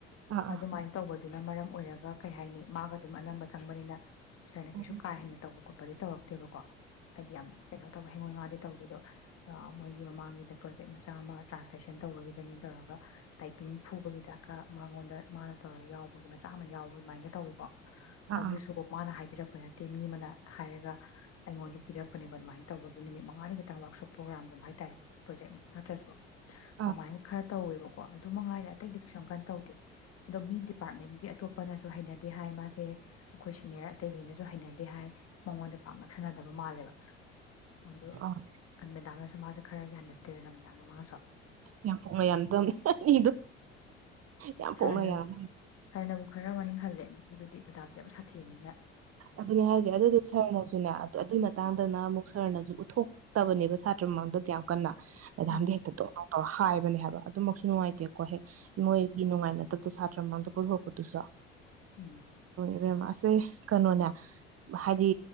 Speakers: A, on the right; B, on the left.
A: ꯑꯥ
B: ꯑꯗꯨꯃꯥꯏ ꯇꯧꯕ ꯑꯗꯨꯅ ꯃꯔꯝ ꯑꯣꯏꯔ ꯀꯩ ꯍꯥꯏꯅꯤ ꯃꯥꯒ ꯑꯗꯨꯝ ꯑꯅꯝꯕ ꯆꯪꯕꯅꯤꯅ ꯁꯔꯅ ꯀꯩꯁꯨ
A: ꯑꯥ
B: ꯀꯥ ꯍꯦꯟꯅ ꯇꯧꯕ ꯈꯣꯠꯄꯗꯒꯤ ꯇꯧꯔꯛꯇꯦꯕꯥ ꯀꯣ ꯍꯥꯏꯗꯤ ꯌꯥꯝ ꯀꯩꯅꯣ ꯇꯧꯌꯦ ꯍꯦꯉꯣ ꯍꯦꯉꯥꯗꯤ ꯇꯧꯗꯦ ꯑꯗꯣ ꯃꯣꯏꯒꯤ ꯃꯃꯥꯡꯒꯤꯗ ꯄ꯭ꯔꯣꯖꯦꯛ ꯃꯆꯥ ꯑꯃ ꯇ꯭ꯔꯥꯟꯁꯂꯦꯁꯟ ꯇꯧꯕꯒꯤꯗꯅꯦ ꯇꯧꯔꯒ ꯇꯥꯏꯄꯤꯡ ꯐꯨꯕꯒꯤꯗꯀ ꯃꯥꯉꯣꯟꯗ ꯃꯥꯅ ꯇꯧꯔꯒ ꯌꯥꯎꯕꯒꯤ ꯃꯆꯥ ꯑꯃ ꯌꯥꯎꯌꯦ ꯑꯗꯨꯃꯥꯏꯅ ꯇꯧꯏꯀꯣ
A: ꯑꯥ
B: ꯑꯗꯨꯁꯨ
A: ꯑꯥ
B: ꯃꯥꯅ ꯍꯥꯏꯕꯤꯔꯛ ꯄꯥ ꯅꯠꯇꯦ ꯃꯤ ꯑꯃꯅ ꯍꯥꯏꯔꯒ ꯑꯩꯉꯣꯟꯗ ꯄꯤꯔꯛꯄꯅꯦꯕ ꯑꯗꯨꯃꯥꯏꯅ ꯇꯧꯕꯒꯤ ꯅꯨꯃꯤꯠ ꯃꯉꯥꯅꯤ ꯇꯪ ꯋꯥꯔꯛꯁꯣꯞ ꯄ꯭ꯔꯣꯒ꯭ꯔꯥꯝꯒꯨꯝꯕ ꯍꯥꯏꯇꯥꯔꯦ ꯄ꯭ꯔꯣꯖꯦꯛꯃꯨꯛ ꯅꯠꯇ꯭ꯔꯁꯨ ꯑꯗꯨꯃꯥꯏꯅ
A: ꯑꯥ ꯑꯥ
B: ꯈꯔ ꯇꯧꯋꯦꯕ ꯀꯣ ꯑꯗꯨ ꯃꯉꯥꯏꯔꯦ ꯑꯇꯩꯗꯤ ꯀꯩꯁꯨ ꯌꯝ ꯀꯟ ꯇꯧꯗꯦ ꯑꯗꯣ ꯃꯤ ꯗꯤꯄꯥꯔꯠꯃꯦꯟꯒꯤ ꯑꯇꯣꯞ ꯄꯅꯁꯨ ꯍꯩꯅꯗꯦ ꯍꯥꯏ ꯃꯥꯁꯦ ꯑꯩꯈꯣꯏ ꯁꯤꯅꯤꯌꯔ ꯑꯇꯩꯒꯩꯅꯁꯨ ꯍꯩꯅꯗꯦ ꯍꯥꯏ ꯃꯉꯣꯟꯗ ꯄꯥꯛ ꯅꯥꯛꯁꯟꯅꯗꯕ ꯃꯜꯂꯦꯕ ꯑꯗꯨ
A: ꯑꯥ ꯑꯥ
B: ꯃꯦꯗꯥꯝꯅꯁꯨ ꯈꯔ ꯌꯥꯅꯗꯦꯗꯅ ꯃꯦꯗꯥꯝ ꯃꯃꯥꯡꯁꯨ
A: ꯌꯥꯝ ꯐꯣꯡꯅ ꯌꯥꯅꯗꯝꯅꯦ ꯑꯅꯤꯗꯨ ꯌꯥꯝ
B: ꯁꯥꯔꯅ
A: ꯐꯣꯡꯅꯒ <unintelligible>
B: ꯁꯥꯔꯅꯕꯨ ꯈꯔ ꯃꯅꯤꯡ ꯍꯜꯂꯦ ꯃꯤꯗꯨꯗꯤ ꯃꯦꯗꯥꯝꯗꯤ ꯌꯥꯝ ꯁꯥꯊꯤꯕꯅꯤꯅ
A: ꯑꯗꯨꯅꯦ ꯍꯥꯏꯁꯦ ꯑꯗꯨꯗꯤ ꯁꯔꯅꯁꯨꯅꯦ ꯑꯗꯨ ꯃꯇꯥꯡꯗꯅ ꯑꯃꯨꯛ ꯁꯔꯅꯁꯨ ꯎꯠꯊꯣꯛꯇꯕꯅꯦꯕ ꯁꯥꯇ꯭ꯔ ꯃꯃꯥꯡꯗ ꯑꯗꯨꯌꯥꯝ ꯀꯟꯅ ꯃꯦꯗꯥꯝ
B: ꯎꯝ
A: ꯗꯤ ꯍꯦꯛꯇꯥ ꯗꯣꯡ ꯗꯣꯡ ꯍꯥꯏꯕꯅꯦ ꯍꯥꯏꯕ ꯑꯗꯨꯃꯛꯁꯨ ꯅꯨꯡꯉꯥꯏꯇꯦꯀꯣ ꯍꯦꯛ ꯃꯣꯏꯒꯤ ꯅꯨꯡꯉꯥꯏꯅꯗꯕꯗ ꯁꯥꯇ꯭ꯔ ꯃꯉꯥꯡꯗ ꯄꯨꯊꯣꯛꯄꯗꯨꯁꯨ
B: ꯎꯝ
A: <unintelligible> ꯃꯥꯁꯦ ꯀꯩꯅꯣꯅꯦ ꯍꯥꯏꯗꯤ